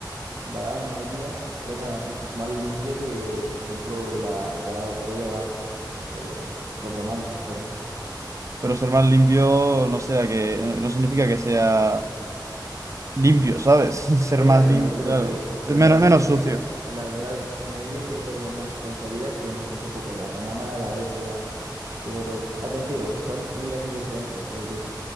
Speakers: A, on the right; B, on the right.
A: La Edad Media era incluso más limpia que, por ejemplo, la, la Edad griega, eh, los romanos, etcétera.
B: Pero ser más limpio no sea que, no significa que sea limpio, ¿sabes? <laughs> Ser
A: Ya,
B: más
A: ya, pero
B: limpio,
A: me refiero
B: claro.
A: que
B: Es
A: en
B: menos,
A: la Edad
B: menos
A: Media,
B: sucio.
A: en la Edad Media creo que había más esperanza de vida que en esas épocas, la romana, la Grecia, te digo de todo. Ah, también te digo, son mil años de diferencia, entonces yo